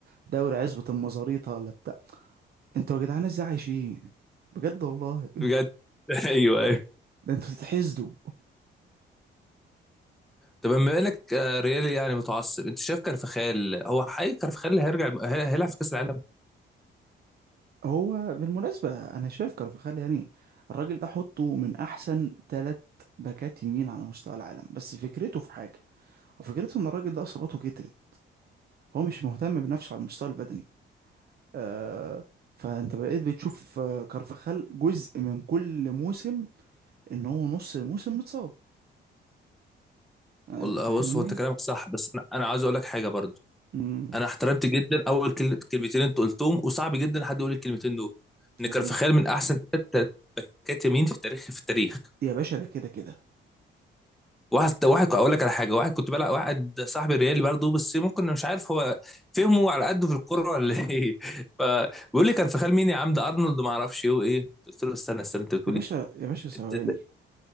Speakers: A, on the right (about 50°); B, in the centre.
A: دوري عزبة المزاريطة ولا انتوا يا جدعان ازاي عايشين بجد والله
B: بجد <laughs> ايوه ايوه
A: <laughs> ده انتوا بتتحسدوا
B: طب بما انك آه، ريالي يعني متعصب انت شايف كارفخال هو حقيقي كارفخال اللي هيرجع هي- هيلعب في كاس العالم
A: هو بالمناسبة أنا شايف كارفخال يعني الراجل ده حطه من أحسن تلات باكات يمين على مستوى العالم بس فكرته في حاجة وفكرته إن الراجل ده إصاباته كترت هو مش مهتم بنفسه على المستوى البدني آه فأنت بقيت بتشوف آه، كارفخال جزء من كل موسم إن هو نص الموسم متصاب آه
B: والله
A: أنت فاهمني؟
B: بص هو انت كلامك صح بس انا انا عاوز اقول لك حاجه برضو
A: امم
B: انا احترمت جدا اول كل- كلمتين انت قلتهم وصعب جدا حد يقول الكلمتين دول ان
A: هو
B: كارفخال من احسن ثلاث باكات يمين في التاريخ في التاريخ
A: يا باشا ده كده كده
B: واحد واحد اقول لك على حاجه واحد كنت بلعب واحد صاحبي ريالي برضه بس ممكن مش عارف هو فهمه على قده في الكوره ولا ايه <laughs> فبيقول لي كارفخال مين يا عم ده ارنولد ما اعرفش ايه وايه قلت له استنى استنى انت بتقول
A: يا باشا
B: ايه
A: يا باشا ثواني
B: انت أنت